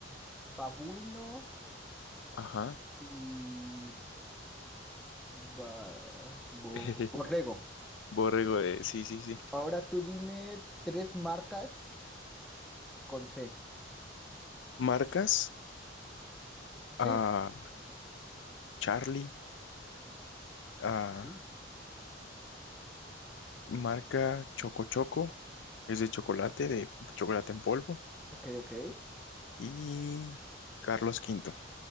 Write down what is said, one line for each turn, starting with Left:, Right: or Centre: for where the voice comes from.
Centre: babuino
Left: Ajá.
Centre: y ba- bo-
Left: <laughs>
Centre: borrego.
Left: Borrego de... Sí, sí, sí.
Centre: Ahora tú dime tres marcas con C.
Left: Marcas.
Centre: Sí.
Left: ah, Charlie. ah,
Centre: Sí.
Left: marca Choco Choco. Es de chocolate, de chocolate en polvo.
Centre: Ok, ok,
Left: Y Carlos Quinto.